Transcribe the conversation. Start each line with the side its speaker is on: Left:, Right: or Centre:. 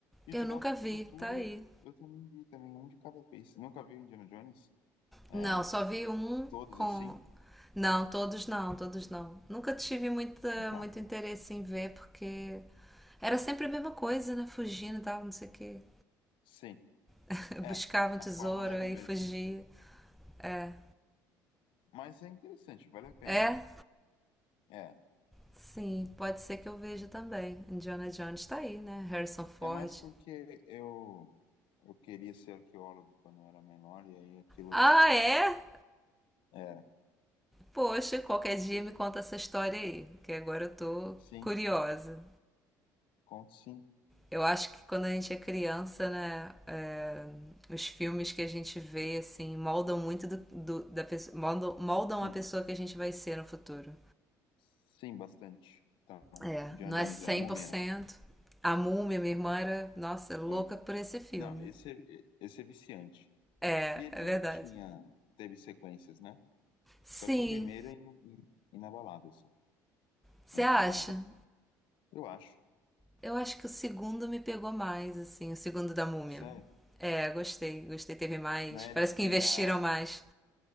Left: E
Centre: Eu
Left: o De
Centre: nunca
Left: Volta pro
Centre: vi,
Left: Futuro
Centre: tá aí.
Left: eu também vi também um de cada vez. Nunca vi o Indiana Jones? É,
Centre: Não, só vi um
Left: todos
Centre: com.
Left: assim?
Centre: Não, todos não, todos não. Nunca tive muita,
Left: Então,
Centre: muito interesse em ver, porque era sempre a mesma coisa, né? Fugindo e tal, não sei o quê.
Left: sim.
Centre: <laughs>
Left: É,
Centre: Buscava um tesouro
Left: a fórmula era
Centre: e
Left: a mesma.
Centre: fugia. É.
Left: Mas é interessante, vale a pena.
Centre: É,
Left: É,
Centre: Sim, pode ser que eu veja também. Indiana Jones tá aí, né? Harrison Ford.
Left: é mais porque eu eu queria ser arqueólogo quando eu era menor e aí aquilo
Centre: Ah, é?
Left: era.
Centre: Poxa, qualquer dia me conta essa história aí, que agora eu tô
Left: Sim.
Centre: curiosa.
Left: Conto sim,
Centre: Eu acho que quando a gente é criança, né, é, os filmes que a gente vê, assim, moldam muito do, do- da pessoa, moldam, moldam
Left: sim.
Centre: a pessoa que a gente vai ser no futuro.
Left: Sim, bastante. Então,
Centre: É,
Left: John
Centre: não
Left: Jones,
Centre: é cem
Left: a Múmia.
Centre: por cento A Múmia, minha irmã, era, nossa, louca
Left: é.
Centre: por esse filme.
Left: Não, esse é, esse é viciante.
Centre: É,
Left: E ele
Centre: é
Left: também
Centre: verdade.
Left: tinha, teve sequências, né?
Centre: Sim,
Left: Só que o primeiro é in- in- inabalável, assim.
Centre: você
Left: É incomparável.
Centre: acha?
Left: Eu acho.
Centre: Eu acho que o segundo me pegou mais, assim, o segundo da Múmia.
Left: Sério.
Centre: É, gostei, gostei, teve mais.
Left: Não é
Centre: Parece
Left: ele que
Centre: que
Left: tem
Centre: investiram
Left: a.
Centre: mais.